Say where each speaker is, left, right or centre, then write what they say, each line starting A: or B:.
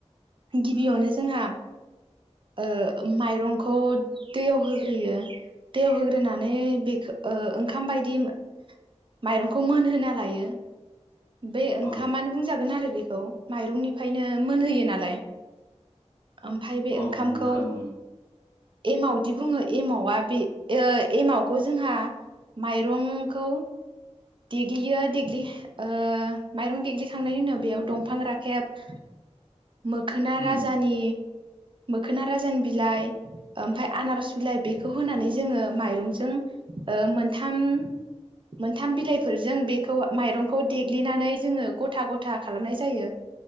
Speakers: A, on the right (about 45°); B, on the left (about 30°).
A: गिबियावनो जोंहा ओह माइरंखौ दैयाव होग्रोयो दैयाव होग्रो गोनानै बेखो ओह ओंखाम बायदिम। माइरंखौ मोनहोनालायो। बे ओंखामानो
B: औ
A: बुंजागोनआरो बे औ माइरंनिफायनो मोनहोयोनालाय। ओमफाय बे
B: औ
A: ओंखामखौ
B: औ ओंखाम
A: एमावदि बुङो एमावा बे ओह एमावखौजोंहा माइरंखौ देग्लियो देग्लि ओ माइरं देग्लिखांनायनि उनाव बेयाव दंफां राखेब मोखोना
B: उम
A: राजानि मोखोना राजानि बिलाइ ओमफाय आनारस बिलाइ बेखौ होनानै जोङो माइरंजों ओ मोनथाम मोनथाम बिलाइफोरजों बेखौ माइरंखौ देग्लिनानै जोङो गथा गथा खालामनाय जायो।